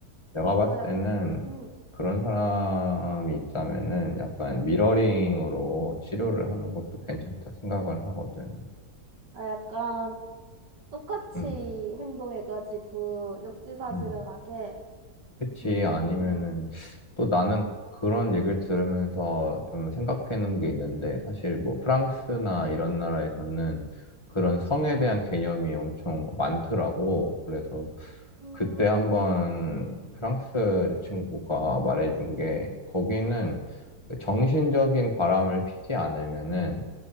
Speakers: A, on the left; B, on the right.
A: 내가 봤을
B: 그거 약,
A: 때는
B: 음,
A: 그런 사람이 있다면은 약간 미러링으로 치료를 하는 것도 괜찮다 생각을 하거든.
B: 아, 약간 똑같이
A: 음.
B: 행동해가지고 역지사지를
A: 음.
B: 하게.
A: 그치.
B: 음,
A: 아니면은 또 나는 그런 얘기를 들으면서 좀 생각해 놓은 게 있는데 사실 뭐 프랑스나 이런 나라에서는 그런 성에 대한 개념이 엄청 많더라고. 그래서
B: 음,
A: 그때 한번 프랑스 친구가 말해준 게 거기는 정신적인 바람을 피지 않으면은